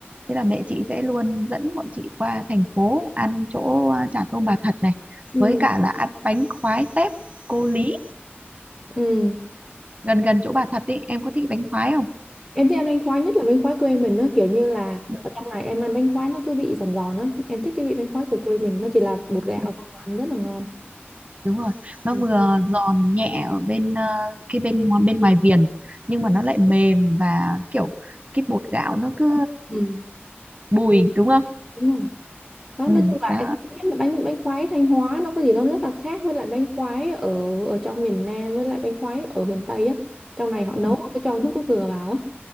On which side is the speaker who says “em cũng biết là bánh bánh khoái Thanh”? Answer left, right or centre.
Centre